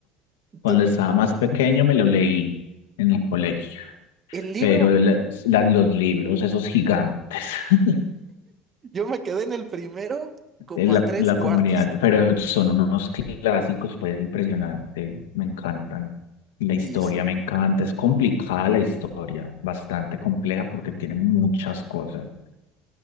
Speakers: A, on the left; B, on the right.
A: Cuando
B: Tu-
A: estaba más pequeño me lo leí en el colegio,
B: El libro.
A: pero la- la- los libros, esos gigantes. <laughs>
B: Yo me quedé en el primero como
A: en
B: a
A: la,
B: tres
A: en la
B: cuartos.
A: comunidad, pero son unos clásicos, pues impresionante, me encantan. Y La historia
B: Sí, sí.
A: me encanta, es complicada la historia, bastante compleja porque tiene muchas cosas,